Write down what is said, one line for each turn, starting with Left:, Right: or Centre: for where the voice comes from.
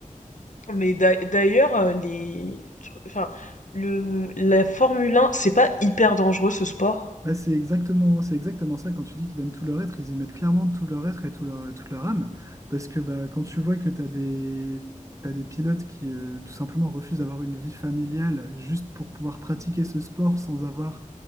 Left: Mais d'a- d'ailleurs, euh, les, tru- enfin, le, la Formule 1, c'est pas hyper dangereux ce sport.
Right: Bah, c'est exactement, c'est exactement ça. Quand tu dis qu'ils donnent tout leur être, ils y mettent clairement tout leur être et tout leur, toute leur âme. Parce que bah, quand tu vois que tu as des, t'as des pilotes qui euh, tout simplement refusent d'avoir une vie familiale juste pour pouvoir pratiquer ce sport sans avoir